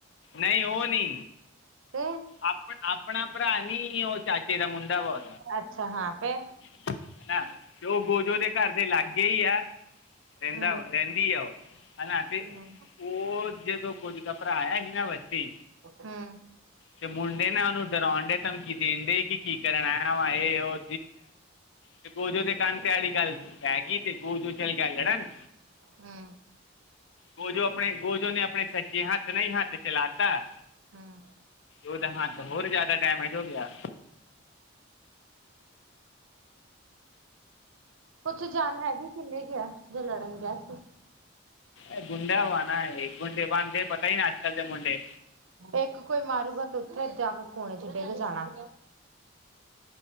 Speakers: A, on the left (about 60°); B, on the right (about 70°).
A: ਨਹੀ ਓ ਨੀ,
B: ਤੇ
A: ਆਪ ਆਪਣਾ ਭਰਾ ਨੀ, ਓ ਚਾਚੇ ਦਾ ਮੁੰਡਾ ਵਾ
B: ਅੱਛਾ ਹਾਂ, ਫੇ
A: ਹਨਾ, ਤੇ ਓ ਗੋਜੂ ਦੇ ਘਰ ਦੇ ਲਾਗੇ ਹੀ ਆ, ਰੈਂਦਾ,
B: ਹੂੰ
A: ਰੈੰਹਦੀ ਆ ਓ, ਹਨਾ ਤੇ
B: ਹੂੰ
A: ਓ ਜਦੋ ਗੋਜੂ ਦਾ ਭਰਾ ਆਇਆ ਸੀ ਨਾ ਵਦੀ
B: ਹੂੰ।
A: ਤੇ ਮੁੰਡੇ ਨਾ ਓਨੂੰ ਡਰਾਉਣ ਡੇ, ਧਮਕੀ ਦੇਣ ਡੇ, ਕਿ ਕੀ ਕਰਨ ਆਇਆ ਵਾ ਏ, ਓ ਤੇ ਗੋਜੂ ਦੇ ਕੰਨ ਤੇ ਅ ਜੇਹੜੀ ਗੱਲ ਪੈ ਗਈ, ਤੇ ਗੋਜੂ ਚੱਲ ਗਿਆ ਲੜਨ,
B: ਹੂੰ।
A: ਗੋਜੋ ਆਪਣੇ ਗੋਜੋ ਨੇ ਅਪਣੇ ਸੱਜੇ ਹੱਥ ਨਾਲ ਹੀ ਹੱਥ ਚਲਾਤਾ।
B: ਹਾਂ
A: ਓਦਾ ਹੱਥ ਹੋਰ ਜਾਦਾ ਡੈਮੇਜ ਹੋ ਗਿਆ।
B: ੳੁੱਚ ਜਾਨ ਹੈਗੀ, ਕਿੰਨੀ ਕੇਹਾ ਜੋ ਲੜਨ ਗੇਆ ਸੀ।
A: ਏ ਗੁੰਡਾ ਵਾ ਨਾ ਏਹ, ਗੁੰਡੇ ਬਨਦੇ ਪਤਾ ਹੀ ਨਾ ਅੱਜ-ਕਲ ਦੇ ਮੁੁੰਡੇ,
B: ਏੱਕ ਕੋਈ ਮਾਰੂਗਾ ਤੇ ਉੱਥੇ-ਜਾਕੇ ਕੋਣੇ ਚੱ ਡੇੱਗ ਜਾਣਾ।